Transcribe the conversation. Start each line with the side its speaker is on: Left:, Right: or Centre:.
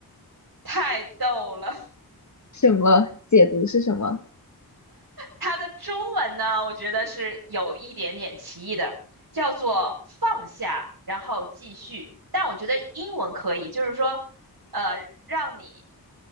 Right: 太逗了。
Left: 什么解读是什么？
Right: 它的中文呢，我觉得是有一点点歧义的，叫做放下，然后继续。但我觉得英文可以，就是说，呃，让你